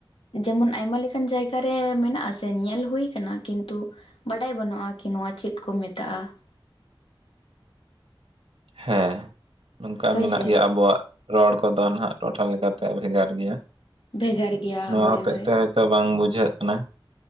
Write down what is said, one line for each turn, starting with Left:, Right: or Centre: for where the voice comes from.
Left: ᱡᱮᱢᱚᱱ ᱟᱭᱢᱟ ᱞᱮᱠᱟᱱ ᱡᱟᱭᱜᱟᱨᱮ ᱢᱮᱱᱟᱜᱼᱟ ᱟᱥᱮ ᱧᱮᱞ ᱦᱩᱭ ᱟᱠᱟᱱᱟ ᱾ ᱠᱤᱱᱛᱩ ᱵᱟᱰᱟᱭ ᱵᱟᱹᱱᱩᱜᱼᱟ, ᱠᱤ ᱱᱚᱣᱟ ᱪᱮᱫ ᱠᱚ ᱢᱮᱛᱟᱜᱼᱟ ᱾
Right: ᱦᱮᱸ ᱱᱚᱝᱠᱟ
Left: ᱦᱳᱭ
Right: ᱢᱮᱱᱟᱜ
Left: ᱥᱮ
Right: ᱜᱮᱭᱟ ᱟᱵᱚᱣᱟᱜ ᱨᱚᱲ ᱠᱚᱫᱚ ᱱᱟᱸᱦᱟᱜ ᱴᱚᱴᱷᱟ ᱞᱮᱠᱟᱛᱮ ᱵᱷᱮᱜᱟᱨ ᱜᱮᱭᱟ,
Left: ᱵᱷᱮᱜᱟᱨ ᱜᱮᱭᱟ
Right: ᱱᱚᱣᱟ
Left: ᱦᱳᱭ
Right: ᱦᱚᱛᱮᱜ
Left: ᱦᱳᱭ
Right: ᱛᱮ ᱦᱚᱭ ᱛᱚ ᱵᱟᱝ ᱵᱩᱡᱷᱟᱹᱜ ᱠᱟᱱᱟ‌ ᱾